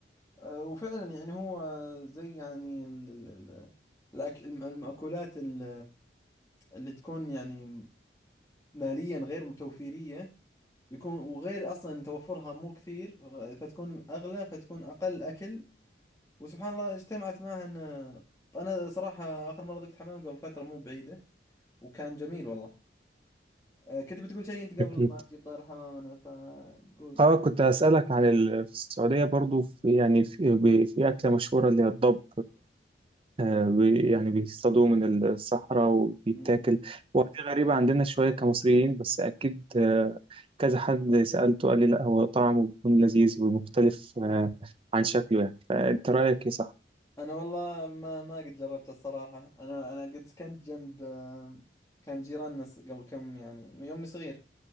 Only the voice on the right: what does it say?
أكيد
اه كنت هسألك عن ال... في السعودية برضو في يعني في, ب- في أكلة مشهورة اللي هي الضب آه، بي- يعني بيصطادوه من الصحراء وبيتاكل
هو دي غريبة عندنا شوية كمصريين بس أكيد آه، كذا حد سألته قال لي لا هو طعمه بيكون لذيذ ومختلف آه، عن شكله يعني فأنت رأيك إيه صح؟